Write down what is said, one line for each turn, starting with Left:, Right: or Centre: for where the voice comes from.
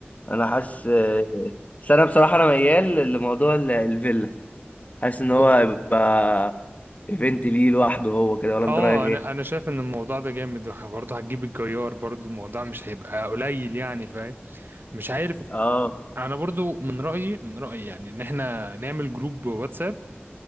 Left: انا حاسس آه، بس انا بصراحة انا ميال لموضوع ال- الفيلا حاسس ان هو
Right: ب-
Left: هيبقى ايفنت ليه لوحده هو كده ولا انت
Right: آه،
Left: رأيك ايه؟
Right: انا انا شايف ان الموضوع ده جامد وح- برضه هتجيب الجيار برضه الموضوع مش هيبقى قليل يعني فاهم مش عارف
Left: اه
Right: انا برضه من رأيي من رأيي يعني ان احنا نعمل جروب واتساب